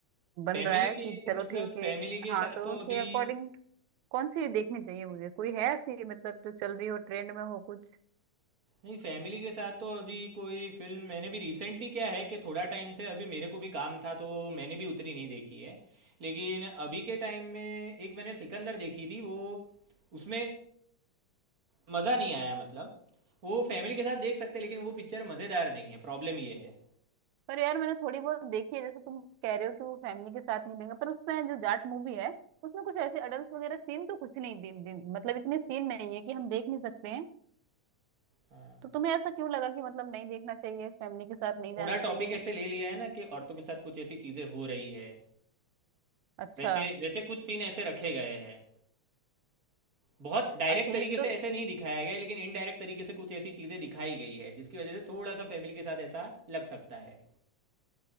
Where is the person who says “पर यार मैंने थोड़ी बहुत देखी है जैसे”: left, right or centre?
Right